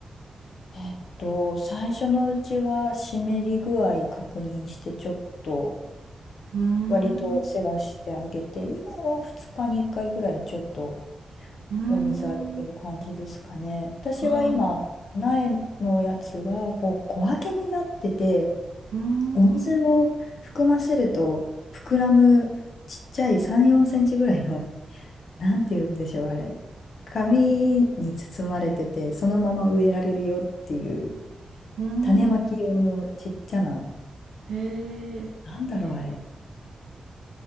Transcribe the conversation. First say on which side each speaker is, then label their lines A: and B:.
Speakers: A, on the left (about 65°); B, on the right (about 80°).
A: えっと、最初のうちは湿り具合確認して、ちょっと
B: うーん。
A: 割と世話してあげて、今は2日に1回ぐらいちょっと
B: うーん。
A: お水あげてる感じですかね。私は今、
B: ああ。
A: 苗のやつはこう小分けになってて、
B: うーん。
A: お水を含ませると膨らむちっちゃい3、4センチぐらいの、<laughs> なんて言うんでしょう、あれ。紙に包まれてて、そのまま植えられるよっていう、
B: うーん。
A: 種まき用のちっちゃな、
B: えー、
A: なんだろう、
B: えー、
A: あれ。